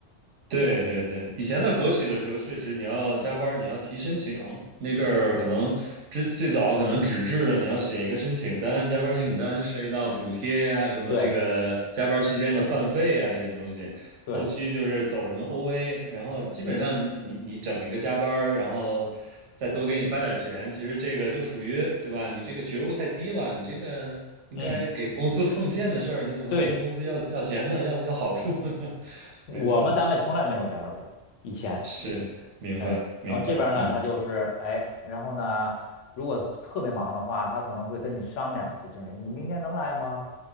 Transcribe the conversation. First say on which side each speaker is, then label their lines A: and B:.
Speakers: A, on the right (about 80°); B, on the left (about 85°).
A: 对对对，以前在国企的时候，确实你要加班儿你要提申请。那阵儿可能之最早可能纸质的，你要写一个申请单，加班儿申请单涉及到补贴呀、什么这个加班儿期间的饭费呀、
B: 对
A: 这种东西。
B: 对
A: 后期就是走什么 OA，然后基本上你你整一个加班儿然后再多给你发点儿钱，
B: 对，
A: 其实这个就属于对吧？你这个觉悟太低了，你这个应该给公司奉献的事儿，
B: 嗯，
A: 你怎么还跟公司要要钱呢？
B: 对，
A: 要要好处呢？<laughs>
B: 我们单位从来没有加班儿费，
A: 没错。
B: 以前，
A: 是，明白，
B: 嗯，
A: 明白，
B: 然后这边儿呢，
A: 嗯
B: 他就是哎，然后呢，如果特别忙的话，他可能会跟你商量，就经理，你明天能来吗？